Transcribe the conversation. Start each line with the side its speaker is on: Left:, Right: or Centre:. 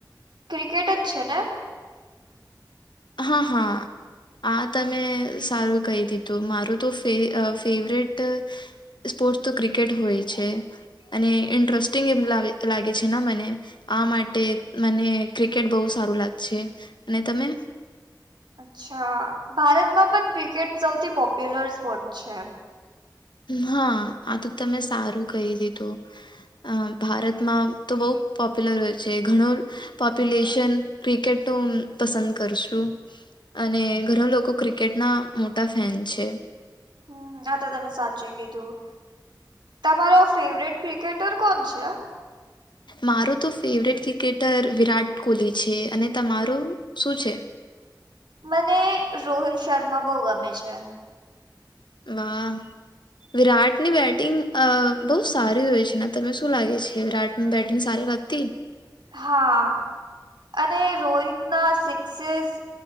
Right: ક્રિકેટ જ છે ને?
Left: હા હા. આ તમે સારું કહી દીધું મારું તો ફેવરેટ સ્પોર્ટ્સ તો ક્રિકેટ હોય છે. અને ઇન્ટરેસ્ટિંગ એવુ લાગે છે ને મને આ માટે મને ક્રિકેટ બહુ સારું લાગે છે અને તમે.
Right: અચ્છા ભારતમાં પણ ક્રિકેટ સૌથી પોપ્યુલર સ્પોર્ટ છે.
Left: હા આ તો તમે સારું કહી દીધું. અ ભારતમાં તો બહુ પોપ્યુલર હોય છે ઘણો પોપ્યુલેશન ક્રિકેટ તો પસંદ કરશું. અને ગણા લોકો ક્રિકેટના મોટા ફેન છે.
Right: હ આ તો તમે સાચું કીધું તમારો ફેવરેટ ક્રિકેટર કોણ છે?
Left: મારો તો ફેવરેટ ક્રિકેટર વિરાટ કોહલી છે અને તમારું શું છે?
Right: મને રોહિત શર્મા બહુ ગમે છે.
Left: વાહ. વિરાટની બેટિંગ અ બહુ સારી હોય છે ને તને શું લાગે છે વિરાટ. બેટિંગ સારી લાગતી.
Right: હા અને રોહિત ના સિક્સસિસ-